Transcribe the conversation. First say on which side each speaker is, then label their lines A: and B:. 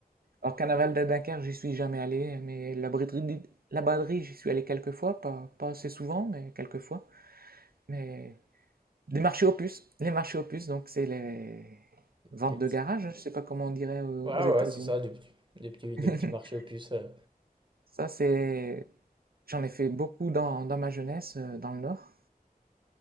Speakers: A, on the right (about 80°); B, on the right (about 35°).
A: Alors Carnaval de Dunkerque, j'y suis jamais allé, mais la braderie, la braderie, j'y suis allé quelques fois, pas, pas assez souvent, mais quelques fois. Mais Des marchés aux puces. Les marchés aux puces, donc c'est les
B: Des
A: ventes
B: petits-
A: de garage, je ne sais pas comment on dirait aux
B: Ouais,
A: aux États-Unis.
B: ouais, c'est ça, des petits, des petits, des
A: <laughs>
B: petits marchés aux puces. euh.
A: Ça, c'est... J'en ai fait beaucoup dans, dans ma jeunesse, euh, dans le Nord.